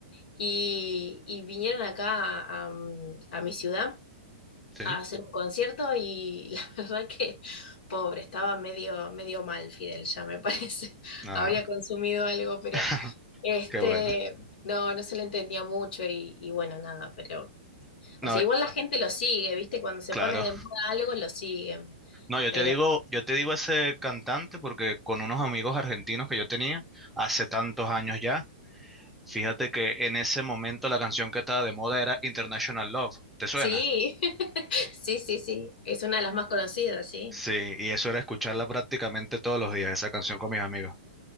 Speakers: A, on the left; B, in the centre.
A: y, y vinieron acá a, a- a mi ciudad
B: sí.
A: a hacer un concierto y <laughs> la verdad que pobre, estaba medio, medio mal Fidel, ya me parece. <laughs>
B: Ah,
A: Habría consumido algo, pero
B: <laughs>
A: este,
B: qué bueno.
A: no, no se le entendía mucho y, y bueno, nada, pero, o
B: No,
A: sea, igual la gente lo sigue, ¿viste? Cuando se
B: claro.
A: pone de moda algo, lo siguen,
B: No, yo
A: pero
B: te digo, yo te digo ese cantante porque con unos amigos argentinos que yo tenía hace tantos años ya, fíjate que en ese momento la canción que estaba de moda era International Love. ¿Te suena?
A: sí, <laughs> sí, sí, sí, es una de las más conocidas, sí.
B: Sí, y eso era escucharla prácticamente todos los días, esa canción con mis amigos.